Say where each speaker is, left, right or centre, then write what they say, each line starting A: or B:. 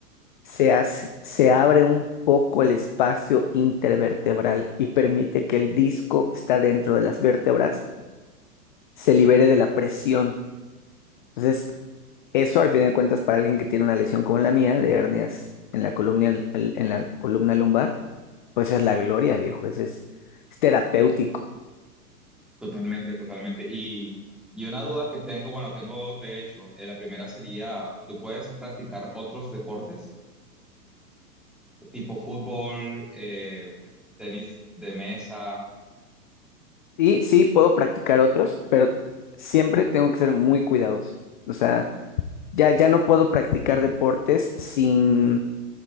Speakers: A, on the left; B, in the centre.
A: se hace- se abre un poco el espacio intervertebral y permite que el disco que está dentro de las vértebras se libere de la presión Entonces, eso al fin de cuentas para alguien que tiene una lesión como la mía, de hernias en la columna, el- en la columna lumbar, pues es la gloria, viejo, ese es, es terapéutico.
B: totalmente, totalmente. Y, y una duda que tengo, bueno, tengo dos de hecho. Eh, la primera sería, ¿tú puedes practicar otros deportes? Tipo fútbol, eh, tenis de mesa.
A: Y sí, puedo practicar otros, pero siempre tengo que ser muy cuidadoso. O sea, ya, ya no puedo practicar deportes sin,